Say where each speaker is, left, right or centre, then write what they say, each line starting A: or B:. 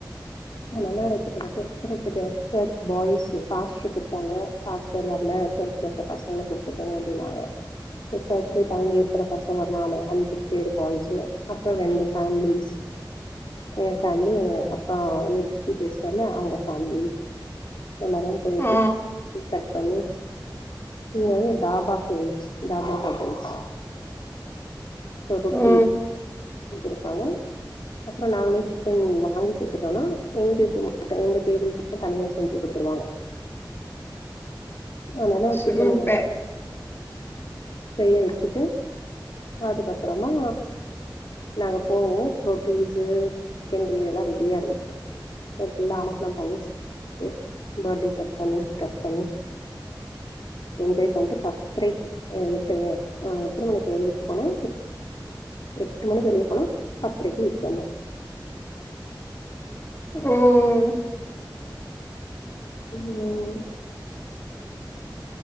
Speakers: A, on the left; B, on the left.
A: <inaudible> ரிய சர்ச் பாய்ஸ் பாஸ்டர் கூப்ட்டாங்க பாஸ்டர் வரல சர்ச்ல இருக்க பசங்கள கூப்ட்டாங்க. <unintelligible> <inaudible> சர்ச் லே தங்கி இருக்கிற பசங்க ஒரு நாலு அஞ்சு பேர் பாய்ஸ் அப்புறம் ரெண்டு ஃபேமிலிஸ். எ ஃபேமிலி அப்புறம் உன்னை சித்தி பேசுவன்ல அவங்க. ஃபேமிலி எல்லாரும் போயிட்டு
B: ஆ
A: கட் பண்ணி. இங்க வந்து தாபா ஃபேமஸ் தாபா ஹோட்டல்ஸ். சொதபி
B: ஓ
A: கொடுப்பாங்க. அப்புறம் நாங்களே சிக்கன் வாங்கி கொடுத்துட்டோனா எங்களுக்கு மட்டும் எங்க டேபிளுக்கு தனியா செஞ்சு கொடுத்துருவாங்க. ஆனானா
B: சூப்பர்
A: சிக்கன் செய்ய வச்சுட்டு. அதுக்கப்புறமா நாங்க போவோ ரொட்டீஸ சிக்கன் கிரேவிய எல்லா ரெடியா. <unintelligible> எல்லா அமக்கல்லா பண்ணிட்டு பர்த்டே கட் பண்ணி கட் பண்ணி <inaudible> என்ஜாய் பண்ட்டு பத்திர எட்டு எத்தனை மணிக்கு வெளிய. போன எட்டு மணி வெளிய போனா பத்திரக்கு வீட்டுக்கு வந்தோம்.
B: ஓ ஓ
A: ம்